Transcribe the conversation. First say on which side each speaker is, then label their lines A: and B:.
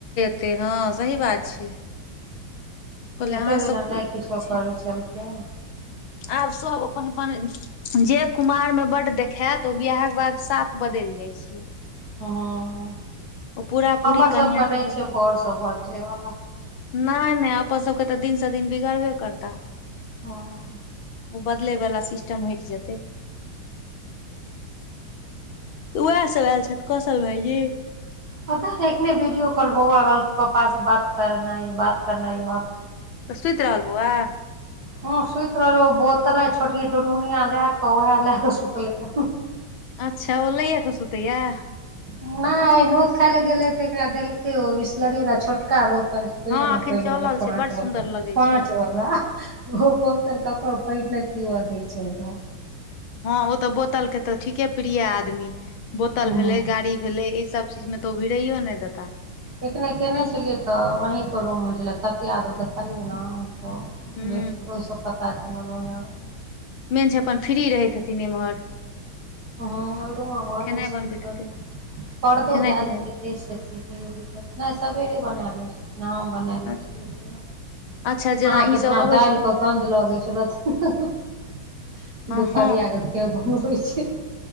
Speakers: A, on the left; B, on the right.
A: ते हँ सहीबात छिये। कहलिए
B: एते
A: अहाँसब
B: दिना नहि
A: की देखैय
B: किछो
A: छियै।
B: करै छलखिन
A: आब सब अपन- अपन जे कुमार मऽ बड्ड देखैत ओ बियाहक बाद साफ बदैल जाइ छैय।
B: हँ
A: पूरा
B: हम्मर
A: पूरी कनिया
B: सब कऽ नय
A: के
B: छै बर सब बदलैय वला।
A: नय - नय अपन सबके तऽ दिन सँ दिन बिगड़बे करता।
B: हँ
A: ओ बदलैय वला सिस्टम हइट जेतैय। तऽ वैह सब आयल छैथ कौशल भायजी
B: पता नय एखने वीडियो कॉल बौआ रहैय पपा सँ बात करनाय यऽ बात करनाय यऽ बा
A: तऽ सुइत रहल बौआ
B: हँ सुइत रहलैय ओ बोतल आय छोटकी टुनमुनिया लैय कऽ ओहै लै कऽ सुतलै य
A: अच्छऽ ओ लैये कऽ सुतै यऽ
B: नय आय नोत खाय लऽ गेलै तऽ एकरा देलकै य ओ बिसलरी बला छोटका बोतल छैय होइ
A: हँ
B: य नऽ
A: अखन
B: पइन
A: चलल
B: बला पाँच
A: छै बड
B: बला
A: सुन्दर लगै
B: पाँच
A: छै
B: ब वैह ओहो बोतल ककड़ो पइन नय पीबअ दै छैय ओय मऽ।
A: हँ ओ त बोतल केँ त ठीके प्रिये आदमी बोतल
B: हूँ
A: भेलैय गाड़ी भेलैय ई सब चीज मे तऽ ओ भिड़ैयो नय देताह
B: एखने कयने छलियै तऽ अहि कऽ रूम होइ छलै तकिया सभ देखलियै हँ तऽ
A: हूँ
B: बेड शरोसँ पता चलल रहय <unintelligible>
A: मेन छैय अपन फ्री रहैत हेथिन एम्हर
B: हँ अहिठाम भऽ
A: खेनाइ
B: जाइ छैय
A: बनबैत
B: दिक्कत
A: हेथिन
B: पर्दो
A: खेनाइ
B: देय
A: पिनाइ
B: देलकै तैय सँ की तयो दिक्कत नय सबेरे बना लै छै हम बना
A: मे।
B: लै छियै
A: अच्छा
B: अहाँ कऽ
A: ई
B: जेना
A: सब अबै
B: दाइल
A: छथिन
B: कऽ गन्ध लगै छला दुपहरिया
A: हँ हँ
B: कऽ के बनबै छै